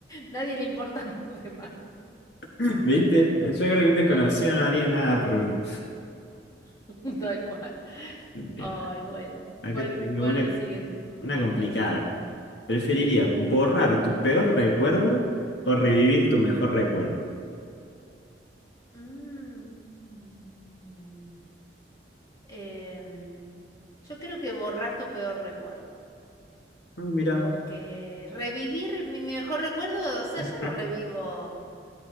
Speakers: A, on the left; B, on the left.
A: Nadie le importan <laughs> los demás.
B: <laughs> ¿Viste? Yo creo que un desconocido
A: No.
B: no haría nada por uno.
A: <laughs> Tal cual.
B: Bien,
A: Ay, bueno.
B: acá
A: ¿Cuál,
B: tengo
A: cuál
B: una,
A: sigue tú?
B: una complicada.
A: Sí.
B: ¿Preferirías borrar tu peor recuerdo o revivir tu mejor recuerdo?
A: Mm. Em, yo creo que borrar tu peor recuerdo,
B: Ah, mira.
A: porque revivir mi, mi mejor recuerdo, o sea,
B: <clears throat>
A: ya lo revivo,